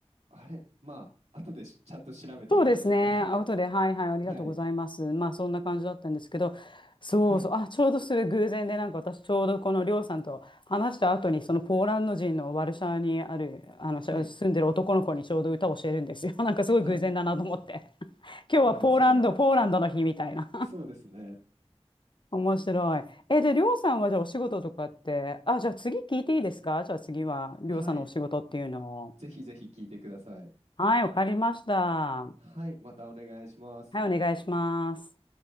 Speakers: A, on the right (about 75°); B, on the left (about 45°).
A: あれまあ、後でしちゃんと調べてみますね。
B: そうですね。
A: はい。
B: アウトで、はいはい、ありがとうございます。
A: はい。
B: まあ、そんな感じだったんですけど、そうそう、
A: はい。
B: あ、ちょうどする偶然で、なんか私、ちょうどこのりょうさんと話した後に、そのポーランド人のワルシャワにある、あの、
A: はい。
B: し住んでる男の子にちょうど歌を教えるんですよ。<laughs> なんかすごい偶然だなと思って。
A: あ、
B: <laughs> 今日はポーランド、
A: あらま、それは。
B: ポーランドの日みたいな。
A: そうですね。
B: 面白い。え、で、りょうさんはじゃあお仕事とかって、あ、じゃあ次聞いていいですかじゃあ次はりょうさんのお仕事っていうのを。
A: はい。ぜひぜひ聞いてください。
B: はい、わかりました。は
A: はい。またお願いします。
B: い、お願いします。